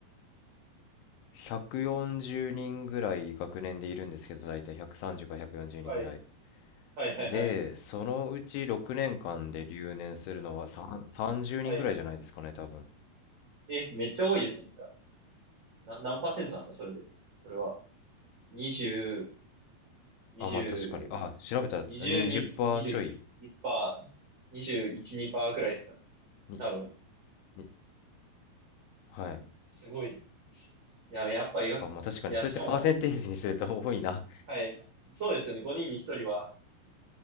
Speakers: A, on the left; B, on the right.
A: 140人ぐらい学年でいるんですけど、だいたい130から140人ぐらい。
B: はい。はいはいはい。
A: で、そのうち6年間で留年するのは3、30人ぐらいじゃないですかね、
B: はい。
A: 多分。
B: え、めっちゃ多いですね、じゃあ。な、何パーセントなんだ、それで。それは。20、20、
A: あ、まあ確かに。あ、調べたら20%
B: 22、21パー、
A: ちょい。
B: 21、2パーくらいですかね。
A: に、
B: 多分。
A: に、はい。
B: すごい。いや、やっぱ医学、
A: あ、まあ確かに。
B: いや、
A: そうやってパーセンテージにすると多いな。
B: しかも、はい。そうですよね。5人に1人は、